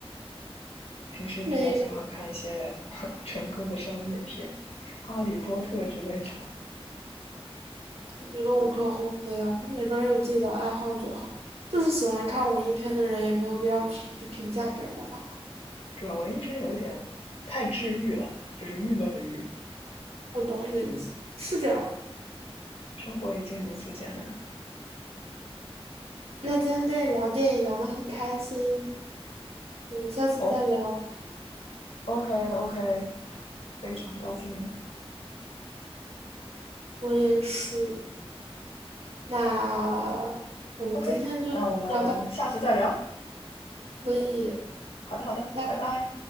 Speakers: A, on the left; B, on the right.
A: 平时比较喜欢看一些
B: 没有，
A: <laughs> 呵呵成功的商业片，《哈利波特》之类的。
B: 我觉得无可厚非啊，就每个人有自己的爱好就好。就是喜欢看文艺片的人，也没有必要去去评价别人的爱。
A: 主要文艺片有一点太治愈了，就是郁闷的郁，
B: 我懂你的意思，是这样的。
A: 生活已经如此艰难。
B: 那今天跟你聊电影聊得很开心，我们下次再聊。
A: 哦，OK OK，非常高兴。
B: 我也是。那我们今天就聊到
A: OK，那我们下次再聊。
B: 这里可以。
A: 好的好的，
B: 拜拜。
A: 拜拜。